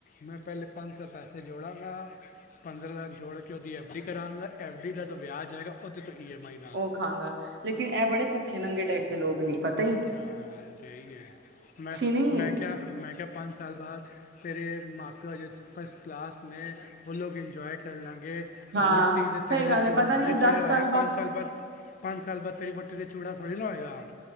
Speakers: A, on the left; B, on the right.
A: ਮੈਂ ਪੈਲੇ ਪੰਜ ਸਾਲ ਪੈਸੇ ਜੋੜਾਂਗਾ ਪੰਦਰਾਂ ਲੱਖ ਜੋੜ ਕੇ ਓਦੀ ਐਫ ਡੀ ਕਰਾਂਗਾ। ਐਫ ਡੀ ਦਾ ਜੋ ਵਿਆਜ ਆਏਗਾ ਓਦੇ ਉਪਰ ਈ ਐਮ ਆਈ-
B: ਓ ਖਾਂਗਾ ਲੇਕਿਨ ਐ ਬੜੇ ਭੁੱਖੇ-ਨੰਗੇ ਟਾਈਪ ਦੇ ਲੋਕ ਨੇ, ਪਤਾ ਈ?
A: ਹਾਂ, ਓ ਤੇ ਐਈ ਐ। ਮੈਂ
B: ਨਹੀਂ
A: ਮੈਂ
B: ਹੈ।
A: ਕੇਯਾ ਮੈਂ ਕੇਯਾ ਪੰਜ ਸਾਲ ਬਾਦ- ਤੇਰੇ ਮਾਂ-ਪਿਓ ਹਜੇ ਫਸਟ ਕਲਾਸ ਨੇ, ਓ ਲੋਕ ਇੰਜੋਏ ਕਰ ਲਾਂਗੇ।
B: ਹਾਂ
A: ਵੋਟੀ ਦੇ
B: ਸਹੀ
A: ਤੇਰੇ
B: ਗੱਲ
A: ਚੂੜਾ
B: ਹੈ ਪਤਾ
A: ਹੁਣੇ
B: ਨੀ
A: ਚੜਿਆ
B: ਦਸ
A: ਹੋਇਆ,
B: ਬਾਅਦ
A: ਪੰਜ ਸਾਲ ਬਾਦ ਪੰਜ ਸਾਲ ਬਾਦ ਤੇਰੀ ਵੋਟੀ ਦੇ ਚੂੜਾ ਥੋੜੀ ਨਾ ਹੋਏਗਾ।